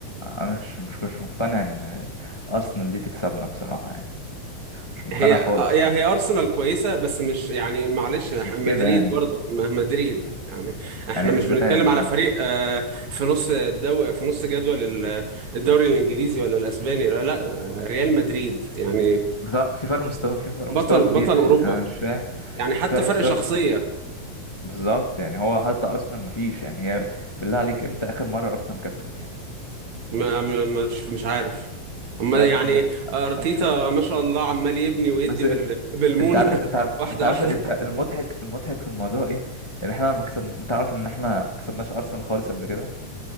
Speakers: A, on the left; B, on the right.
A: انا مش مش مش مقتنع ان ارسنال دي تكسبنا بصراحه يعني مش مقتنع
B: هي آه،
A: خالص
B: يعني هي أرسنال كويسة بس مش يعني معلش
A: بس
B: إح-
A: مش
B: مدريد
A: كده يعني
B: برضه ما- مدريد يعني احنا
A: يعني
B: مش
A: ازاي
B: بنتكلم
A: يعني؟
B: على فريق آه، في نص الدو في نص جدول ال- الدوري الإنجليزي ولا الأسباني لا لا آه، ريال مدريد يعني ب-
A: لا، في فرق مستوى في فرق
B: بطل
A: مستوى كبير
B: بطل
A: يعني
B: أوروبا
A: انا مش فاهم
B: يعني حتى
A: في فرق
B: فرق
A: مستوى
B: شخصية
A: بالظبط يعني هو حتى ارسنال مفيش يعني هي بالله عليك امتى اخر مره ارسنال كسبت يعني
B: ما ما- مش مش عارف هما
A: بجد
B: يعني
A: انا
B: ارتيتا
A: أنا مش فاهم
B: ما شاء الله عمال يبني ويدي
A: بس
B: بال-
A: إن-
B: بالمونه
A: انت عارف انت
B: <laughs>
A: عارف
B: واحده
A: انت عارف
B: واحده
A: انت المضحك المضحك في الموضوع ايه ان احنا ما كسب انت عارف ان احنا ما كسبناش ارسنال خالص قبل كده